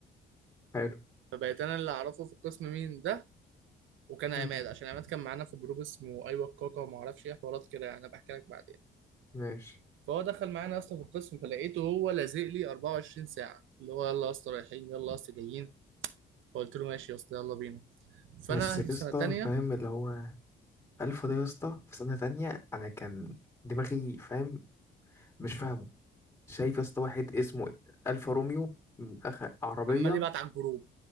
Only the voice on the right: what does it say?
فبقيت انا اللي اعرفه في القسم مين ده وكان
عماد عشان عماد كان معانا في جروب اسمه ايوه الكاكا وما اعرفش ايه حوارات كده يعني انا بحكي لك بعدين
فهو دخل معانا اصلا في القسم فلقيته هو لازق لي 24 ساعه اللي هو يلا يا اسطى رايحين يلا يا اسطى جايين فقلت له ماشي يا اسطى يلا بينا
فانا
في سنه
تانية
عمال يبعت على الجروب